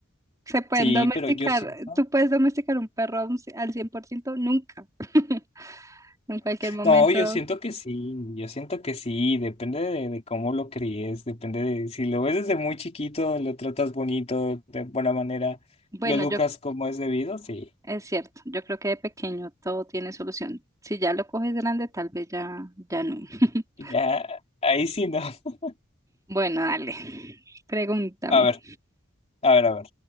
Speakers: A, on the right; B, on the left.
A: se pueden
B: Sí,
A: domesticar,
B: pero yo siento.
A: tú puedes domesticar un perro a un c- al 100% nunca, <laughs> en cualquier momento.
B: No, yo siento que sí, yo siento que sí, depende de, de cómo lo críes, depende de si lo ves desde muy chiquito, lo tratas bonito, de buena manera,
A: Bueno,
B: lo educas
A: yo
B: como es debido, sí,
A: Es cierto, yo creo que de pequeño todo tiene solución. Si ya lo coges grande, tal vez ya, ya no. <laughs>
B: ya, ahí sí no. <laughs>
A: Bueno, dale, pregúntame.
B: A ver, a ver, a ver,